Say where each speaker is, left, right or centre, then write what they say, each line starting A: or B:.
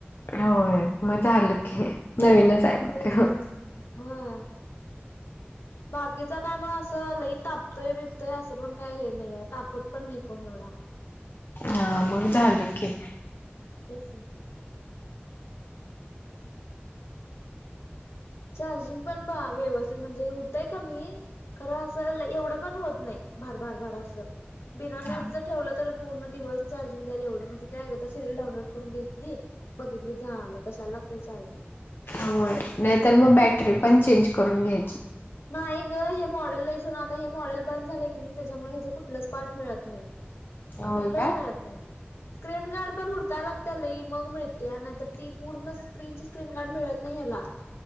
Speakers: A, on the left; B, on the left.
A: होयं मं झालं की. नवीनच आहे मग
B: तेचं
A: ते हा
B: कि हां बाकीचां कायं मंग असं लई तापतोय बिबतोय असं पणं कायं हे नाहीं आहे तापतं पणं नाहीं फोन एवढां.
A: हां मंग झालं की.
B: तेसं. चार्जिंग पणं बां व्यवस्थित म्हणजे होतंय कमी खरं असं एवढं पणं होतं नाहीं भार भार बारं असं बिनां नेटचं
A: हा.
B: ठेवलं तरं पूर्ण दिवसं चार्जिंग झाले एवढं मंग कायं एकदां सरंयल डाऊनलोड करूंन घेतली. बघितली झालं कशांला लागते चार्जे
A: होयं नाहींतरं मंग बॅटरी पणं चेंज करूंन घ्यायची.
B: नाहीं गं हे मॉडेल नाहीं जूणं आंता हे मॉडेल बंद झालं की नाहीं त्यांच्यामुळे हेचं कुठलंचं पांठ मिळतं नाहीं.
A: होय
B: कुठलंचं
A: काय?
B: मिळतं नाहींत. स्क्रीन गार्ड पणं हुडकांयला लागतं लई मंग मिळते नाहींतरं ती पूर्ण स्क्रीन स्क्रीन गार्ड मिळतं नाहीं यांला.